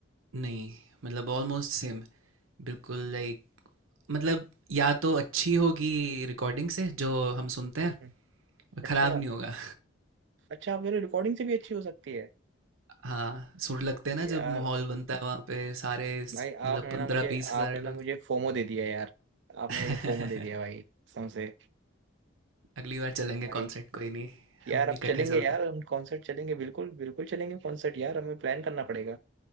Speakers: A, on the right (about 85°); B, on the right (about 60°).
A: नहीं मतलब ऑलमोस्ट सेम बिल्कुल लाइक मतलब या तो अच्छी होगी रिकॉर्डिंग से जो हम सुनते हैं
B: हम्म हम्म। अच्छा
A: खराब नहीं होगा
B: अच्छा आप कह रहे हो रिकॉर्डिंग से भी अच्छी हो सकती है
A: <laughs> हाँ सुर लगते हैं ना
B: यार
A: जब माहौल बनता है वहाँ पे सारे स-
B: भाई
A: मतलब
B: आपने
A: पंद्रह
B: ना मुझे
A: बीस
B: आपने
A: हजार लोग
B: ना मुझे फोमो दे दिया यार आपने
A: <laughs>
B: मुझे फोमो दे दिया भाई कसम से
A: अगली बार चलेंगे
B: भाई
A: कॉन्सर्ट कोई नहीं
B: यार
A: हम
B: अब
A: इकट्ठे
B: चलेंगे
A: चलते
B: यार
A: हैं
B: हम कॉन्सर्ट चलेंगे बिल्कुल बिल्कुल चलेंगे कॉन्सर्ट यार हमें प्लान करना पड़ेगा